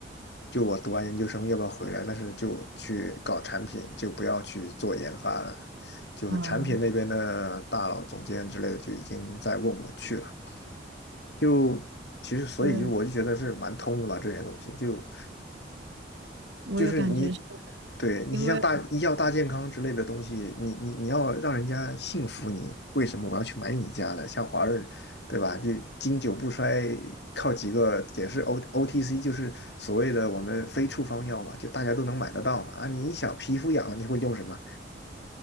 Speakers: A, on the left (about 70°); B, on the right (about 80°).
A: 就我读完研究生要不要回来，但是就去搞产品，就不要去做研发了。就是产品那边的大佬、
B: 嗯，
A: 总监之类的就已经在问我去了。就其实，所以就我就觉得是蛮通的吧，
B: 对，
A: 这些东西就
B: 我有感觉是
A: 就是你对你像大医药大健康之类的东西，
B: 因为
A: 你你你要让人家信服你，为什么我要去买你家的？像华润，对吧？就经久不衰，靠几个也是 O OTC，就是所谓的我们非处方药嘛，就大家都能买得到嘛。啊，你一想皮肤痒了，你会用什么？